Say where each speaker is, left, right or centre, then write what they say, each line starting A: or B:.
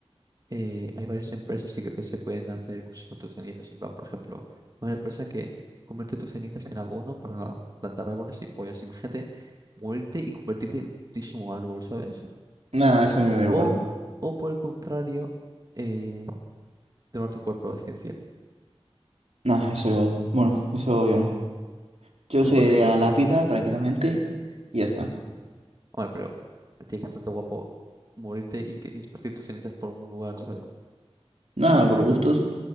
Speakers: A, on the right; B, on the right.
A: eh, hay varias empresas que creo que se pueden hacer cosas con tus cenizas. En plan, por ejemplo, una empresa que convierte tus cenizas en abono para plantar árboles y pollas. Imagínate morirte y convertirte en un putísimo árbol, ¿sabes?
B: Nada, eso a mí me da igual.
A: O, o por el contrario, eh, donar tu cuerpo a la ciencia.
B: Nada, eso yo. Bueno, eso yo no. Yo
A: Tú
B: sería
A: prefieres,
B: lápida tranquilamente y ya está.
A: hombre, pero tiene que estar guapo morirte y, que, y esparcir tus cenizas por un lugar, ¿sabes?
B: Nada, por gustos,